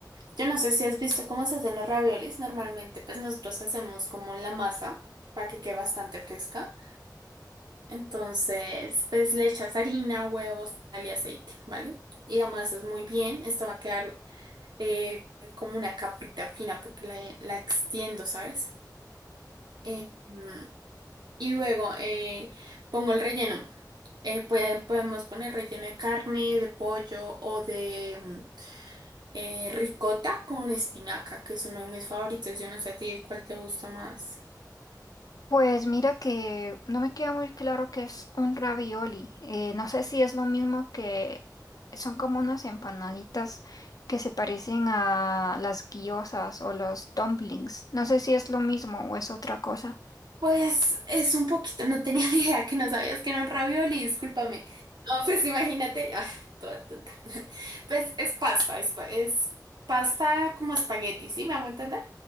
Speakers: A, on the right (about 80°); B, on the left (about 55°).
A: Yo no sé si has visto cómo se hacen los raviolis. Normalmente, pues nosotros hacemos como la masa para que quede bastante fresca. Entonces, pues le echas harina, huevos, sal y aceite, ¿vale? Y amasas muy bien. Esto va a quedar eh, como una capita fina porque la, la extiendo, ¿sabes? Eh, mm, y luego eh, pongo el relleno. Eh, puede- podemos poner relleno de carne, de pollo o de... mm, eh, ricota con espinaca, que es uno de mis favoritos. Yo no sé a ti cuál te gusta más.
B: Pues mira que no me queda muy claro qué es un ravioli. Eh, no sé si es lo mismo que son como unas empanaditas que se parecen a las guiosas o los dumplings. No sé si es lo mismo o es otra cosa.
A: Pues es un poquito, no tenía <laughs> ni idea que no sabías que era un ravioli, discúlpame. No, pues imagínate, <laughs> ah, toda tonta. <laughs> Pues es pasta, es, pa- es pasta como espagueti, ¿sí? ¿Me hago entender?